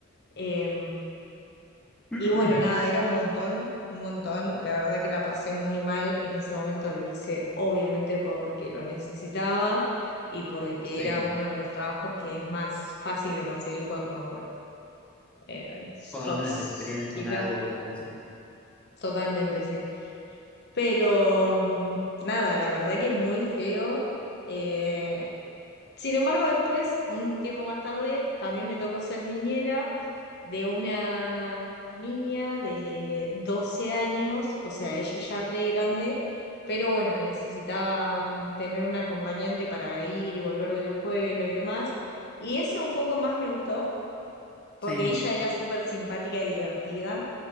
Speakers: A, on the left; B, in the centre.
A: Eh,
B: <clears throat>
A: y bueno, nada, era un montón, un montón. La verdad que la pasé muy mal. En ese momento lo hice obviamente porque lo necesitaba y porque
B: Sí,
A: era uno de los trabajos que es más fácil de conseguir cuando eh, sos
B: cuando no tenés experiencia
A: chica.
B: en algo, otra cosa.
A: Totalmente, sí. Pero mm, nada, la verdad que es muy feo. Eh, sin embargo, después, un tiempo más tarde, también me tocó ser niñera de una niña de 12 años, o sea, ella ya re grande, pero bueno, necesitaba mm, tener un acompañante para ir y volver de la escuela y demás. Y ese un poco más me gustó porque
B: Sí.
A: ella era súper simpática y divertida,